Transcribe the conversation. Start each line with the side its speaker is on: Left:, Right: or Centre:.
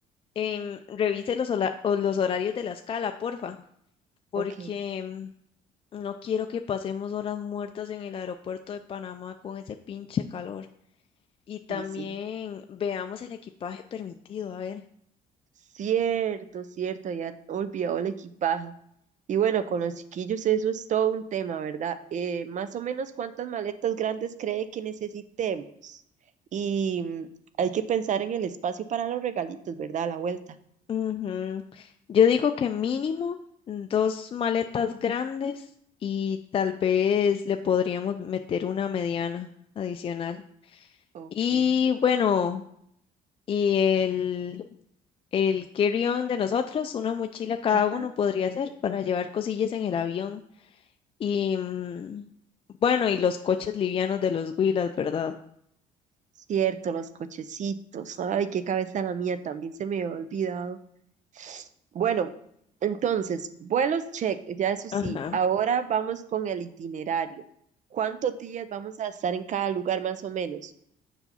Left: Em, revise los, hola- o los horarios de la escala, porfa, porque
Right: Ok,
Left: mm, no quiero que pasemos horas muertas en el aeropuerto de Panamá con ese pinche calor. Y también
Right: y sí,
Left: veamos el equipaje permitido, a ver.
Right: cierto, cierto, ya olvidado el equipaje. Y bueno, con los chiquillos eso es todo un tema, ¿verdad? Eh, más o menos cuántas maletas grandes cree que necesitemos. Y mm, hay que pensar en el espacio para los regalitos, ¿verdad? A la vuelta.
Left: Ujú. Yo digo que mínimo dos maletas grandes y tal vez le podríamos meter una mediana adicional.
Right: Ok,
Left: Y bueno, y el, el carry-on de nosotros, una mochila cada
Right: ajá.
Left: uno podría ser para llevar cosillas en el avión. Y mm, bueno, y los coches livianos de los Wheelers, ¿verdad?
Right: Cierto, los cochecitos. Ay, qué cabeza la mía, también se me había olvidado. Bueno, entonces, vuelos check, ya eso
Left: Ajá.
Right: sí. Ahora vamos con el itinerario. ¿Cuántos días vamos a estar en cada lugar más o menos?